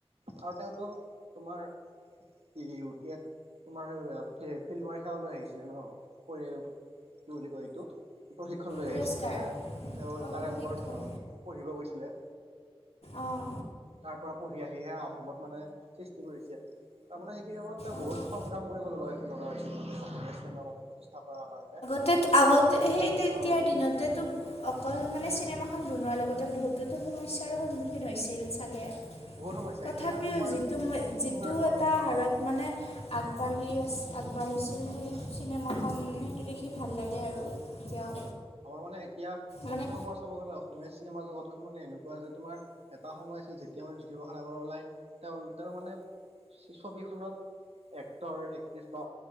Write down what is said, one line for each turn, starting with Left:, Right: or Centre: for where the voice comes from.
Right: আৰু তেওঁতো তোমাৰ ই ইও টি আইট তোমাৰ ফিল্মৰ সেৱা লৈ আহিছিলে ন' পৰি কি বুলি কয় এইটো প্ৰশিক্ষ শিক্ষণ লৈ
Left: পুৰস্কাৰ
Right: আহিছিল তাতে তেওঁ
Left: আৰু
Right: তাৰে
Left: প্ৰশিক্ষণ
Right: ওপৰত পঢ়িব গৈছিলে।
Left: অহ
Right: তাৰ পৰা পঢ়ি আহিহে অসমত মানে সৃষ্টি কৰিছে তাৰ মানে সেইখিনি সময়ত তেওঁ
Left: অঁ
Right: বহুত সংগ্ৰাম কৰিব লগা -লগা হৈছিল মানে অসমীয়া চিনেমা মানে প্ৰতি তিষ্ঠা কৰাৰ কাৰণে
Left: তে আগতে
Right: কাৰণ
Left: সেই তেতিয়াৰ
Right: অ'
Left: দিনতে তো অকল মানে খন বনোৱাৰ লগতে বহুতেতো সমস্যাৰো সন্মুখীন হৈছিল চাগে
Right: বহুত সমস্যা
Left: তথাপিও
Right: এতিয়া মানে তোমাৰ
Left: যিটো-
Right: তোমাৰ
Left: যিটো এটা
Right: অ'
Left: হাৰত মানে আগবাঢ়ি আছ আগবাঢ়িছিল সেই চিনেমাখন সেইটো দে ভাল লাগে
Right: উম, উম।
Left: আৰু এতিয়াও
Right: আমাৰ মানে এতিয়া প্ৰথমৰ
Left: মানে
Right: পৰা চাব গ'লে অসমীয়া চিনেমা জগতখন মানে এনেকুৱা যে তোমাৰ এটা সময় আছিল যেতিয়া মানে জ্যোতিপ্ৰসাদ আগৰৱালাই তেওঁৰ মানে ছবিখনত এক্টৰ- এক্ট্ৰিছ বা